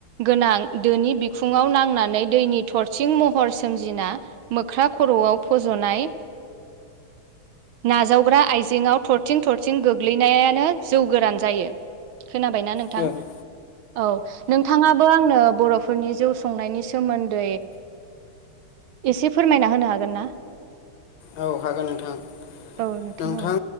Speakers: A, on the right; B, on the left.
A: गोनां दोनि बिखुङाव नांनानै दैनि थरसिं महर सोमजिना मोख्रा खर'आव फज'नाय नाजाव हग्रा आइजेंआव थरथिं थरथिं गोग्लैनायानो जौ गोरान जायो खोनाबायना नोंथां
B: औ
A: औ नोंथाङाबो आंनो बर'फोरनि जौ संनायनि सोमोन्दै एसे फोरमायना होनो हागोन ना
B: औ हागोन नोंथां
A: औ
B: नोंथां
A: औ